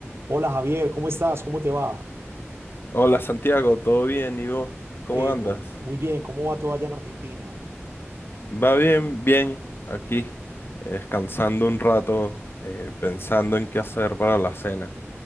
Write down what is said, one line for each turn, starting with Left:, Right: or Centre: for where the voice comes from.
Right: Hola Javier, ¿cómo estás? ¿Cómo te va?
Left: Hola Santiago, ¿todo bien? ¿Y vos? ¿Cómo
Right: Eh,
Left: andas?
Right: mu- muy bien, ¿cómo va todo allá en Argentina?
Left: Va bien, bien, aquí, eh, descansando un rato, eh, pensando en qué hacer para la cena.